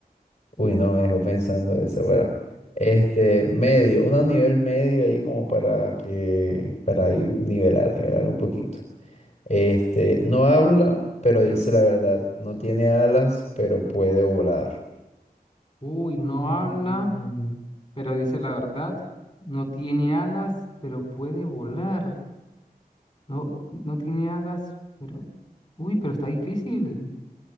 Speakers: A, on the left; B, on the left.
A: uy, no, me dejó pensando eso, bueno. Este, medio, un nivel medio ahí como para que, para ir nivelar, nivelar un poquito. Este, no habla, pero dice la verdad. No tiene alas, pero puede volar.
B: Uy, no
A: Mm,
B: habla, pero dice la verdad. No tiene alas, pero puede volar. No, no tiene alas, pero... Uy, pero está difícil.